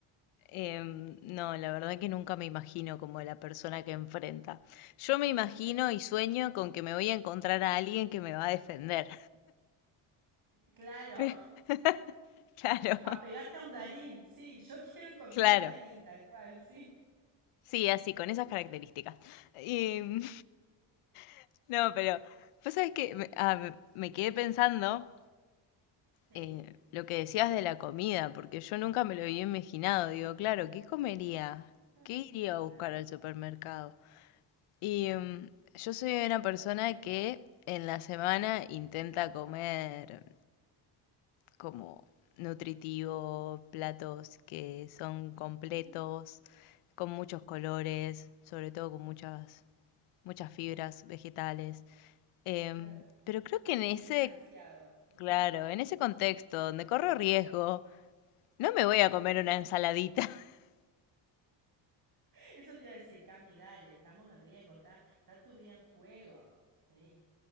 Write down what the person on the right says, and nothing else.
Claro,
a pegarte a un darín, sí, yo <laughs> quiero encontrar
a un darín, tal cual, sí.
Sí,
Claro,
claro.
Ujú,
Claro,
bien
balanceado. ujú.
Eso te iba a decir, Cami, dale, estamos en riesgo, está, está tu vida en juego. Sí,